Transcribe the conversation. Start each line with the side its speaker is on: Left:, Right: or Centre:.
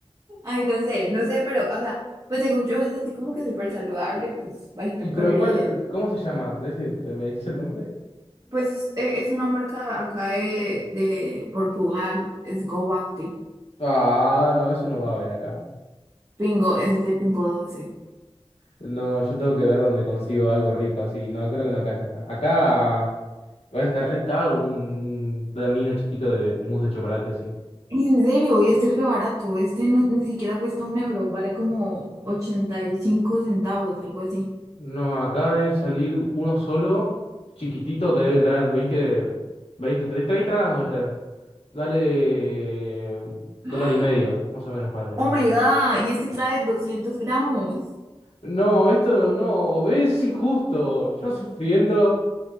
Right: Ay, no sé, no sé, pero, o sea, pues según yo es así como que súper saludable, pues bajito
Left: ¿Y
Right: en
Left: pero
Right: calorías.
Left: cuál? c- ¿Cómo se llama? ¿Tenés i- te- ¿Me decís el nombre?
Right: Pues es, e- es una marca acá de, de Portugal, es Go Active.
Left: Ah, no, eso no va a haber acá.
Right: Pingo, es de Pingo Doce
Left: No, yo tengo que ver dónde consigo algo rico así. No, creo que no caiga acá. Acá, igual está re caro un danino chiquito de mousse de chocolate, sí.
Right: En serio, y este es re barato. Este no, ni siquiera cuesta un euro, vale como 85 centavos, algo así.
Left: No, acá de salir uno solo, chiquitito, que debe traer 20 20 30 y gramos de ter. Dale
Right: <gasps>
Left: dólar
Right: ¡Ah!
Left: y medio, más o menos, para que tengas
Right: Oh my
Left: en cuenta.
Right: God, y este trae 200 gramos.
Left: No, esto no, no, ves, es injusto. Yo sufriendo,